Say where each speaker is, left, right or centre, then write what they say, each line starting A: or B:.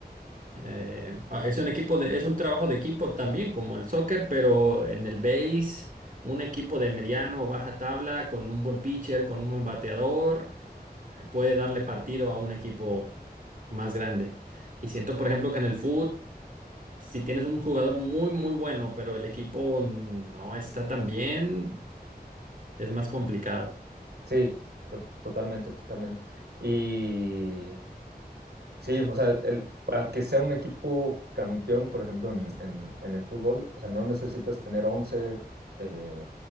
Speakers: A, on the right; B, on the right.
A: Eh, ah, es un equipo de, es un trabajo de equipo también, como el soccer, pero en el base, un equipo de mediano o baja tabla, con un buen pitcher, con un buen bateador, eh, puede darle partido a un equipo más grande. Y siento, por ejemplo, que en el fútbol si tienes un jugador muy, muy bueno, pero el equipo no está tan bien, es más complicado.
B: Sí, to- totalmente, totalmente. Y, Sí, o sea, el, para que sea un equipo campeón, por ejemplo, en, en- en el fútbol, o sea, no necesitas tener once eh,